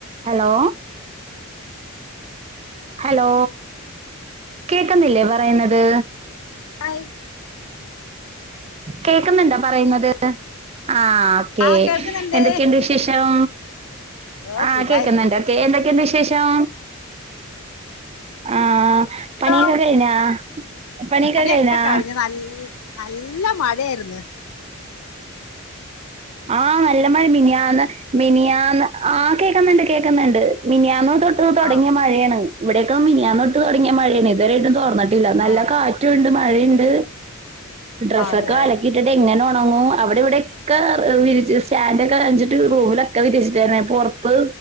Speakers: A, on the right; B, on the left.
A: ഹലോ ഹലോ കേക്കുന്നില്ലേ പറയുന്നത്
B: ആയി
A: കേക്കുന്നുണ്ടോ പറയുന്നത് ആഹ്
B: ആ കേൾക്കുന്നുണ്ട്
A: എന്തൊക്കെയുണ്ട് വിശേഷം
B: ഓ
A: ആഹ്
B: സുഖായിരി
A: കേക്കുന്നുണ്ട് െ എന്തൊക്കെഉണ്ട് വിശേഷം ആഹ് പണിയൊക്കെ
B: ം
A: കഴിഞ്ഞാ പണിയൊക്കെ
B: വിപ്പണിയൊക്കെ
A: കഴിഞ്ഞാ
B: കഴിഞ്ഞ് നല്ല നല്ല മഴായിരുന്നു
A: ആഹ നല്ല മഴ മിനിയാന്ന് മിനിയാന്ന് ആ കേക്കുന്നുണ്ട് കേൾക്കുന്നുണ്ട് മിനിയാന്ന് തൊട്ട് തുടങ്ങിയ
B: ആ
A: മഴയാണ് ഇവിടെയൊക്കെ മിനിയാൻ തൊട്ട് തുടങ്ങിയ മഴയാണ് ഇതുവരട്ടും തോന്നിട്ടില്ല നല്ല
B: ആ
A: കാ റ്റണ്ട് മഴയുണ്ട് ഡ്രസ്സൊക്കെ
B: ആ, അതെ
A: അലക്കിട്ടിട്ട് എങ്ങനെ ഉണങ്ങും അവിടെ ഇവിടെൊക്കെ വിരി സ്റ്റാൻഡ് ഒക്കെ കറഞ്ഞിട്ട് റൂമിലൊക്കെ വിരിച്ചിട്ടായിരുന്നു പുറത്ത്